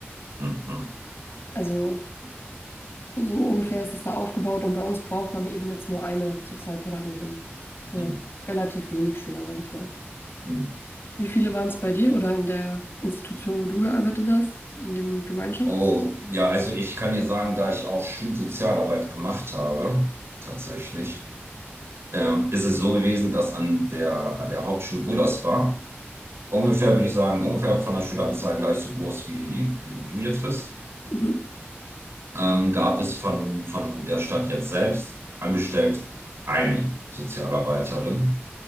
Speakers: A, on the right; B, on the left.
A: Hm? Hm?
B: Also so ungefähr ist es da aufgebaut und bei uns braucht man eben jetzt nur eine Sozialpädagogin für
A: Hm?
B: relativ wenig Schüler, sage ich mal.
A: Hm?
B: Wie viele waren es bei dir oder in der Institution, wo du gearbeitet hast, in dem Gemeinschaftshaus?
A: Oh, ja, also ich kann dir sagen, da ich auch Schulsozialarbeit gemacht habe, tatsächlich, ähm, ist es so gewesen, dass an der, an der Hauptschule, wo das war, Ungefähr, würde ich sagen, ungefähr von der Schüleranzahl gleich so groß wie, wie wo du jetzt bist,
B: Mhm.
A: ähm, gab es von, von der Stadt jetzt selbst angestellt eine Sozialarbeiterin.